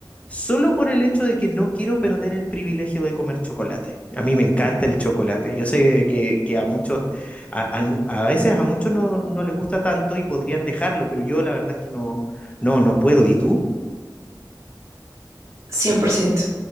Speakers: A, on the left (about 15°); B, on the right (about 40°).
A: Solo por el hecho de que no quiero perder el privilegio de comer chocolate. A mí me encanta el chocolate. Yo sé que, que a muchos, a, al mu- a veces a muchos no, no les gusta tanto y podrían dejarlo, pero yo la verdad es que no, no, no puedo. ¿Y tú?
B: cien por ciento